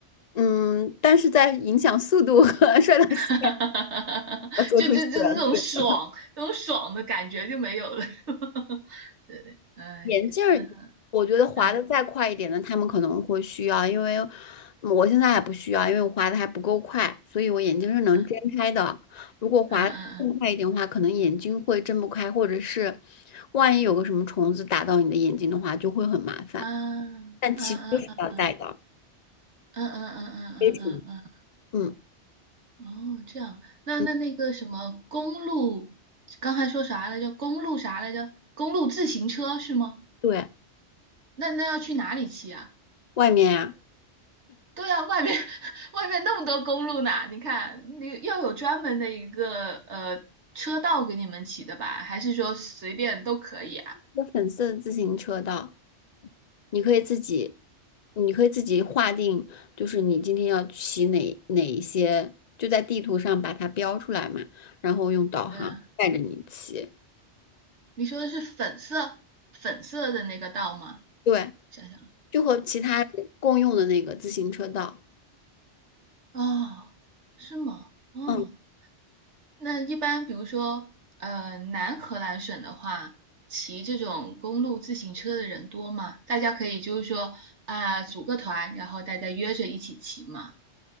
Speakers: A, on the left (about 50°); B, on the right (about 75°).
A: 嗯，但是在影响速度和 <laughs> 摔倒膝盖
B: <laughs> 哈，
A: 要做出选择。
B: 就就就是这种爽，这种爽的感觉就没有了，<laughs> 是吧？<laughs> 对对，嗯，
A: 眼镜儿，
B: 也是哈，
A: 我觉得滑的再快一点的，
B: 嗯
A: 他们可能会需要，因为我现在还不需要，因为我滑的还不够快，所以我眼睛是能睁开的。
B: 嗯
A: 如果滑得更快一点的话，
B: 嗯嗯嗯
A: 可能眼睛会睁不开，或者是万一有个什么虫子打到你的眼睛的话，就会很麻烦。
B: 啊，嗯嗯嗯嗯
A: 但其实是要戴的，
B: 嗯嗯嗯嗯嗯嗯，
A: 非常，嗯
B: 嗯哦，这样，那那那个什么公路，
A: 嗯，
B: 刚才说啥来着？公路啥来着？公路自行车是吗？
A: 对，
B: 那那要去哪里骑啊？
A: 外面呀、
B: 对啊，外面 <laughs> 外面那么多公路呢，你看，你要有专门的一个呃车道给你们骑的吧？还是说随便都可以啊？
A: 粉色自行车道，你可以自己，你可以自己划定，就是你今天要骑哪哪一些，就在地图上把它标出来嘛，然后用导航带着你骑。
B: 对啊，你说的是粉色粉色的那个道吗？
A: 对，
B: 想想
A: 就和其他人共用的那个自行车道。
B: 啊，是吗？哦，
A: 嗯。
B: 那一般比如说呃南荷兰省的话，骑这种公路自行车的人多吗？大家可以就是说啊、组个团，然后大家约着一起骑嘛。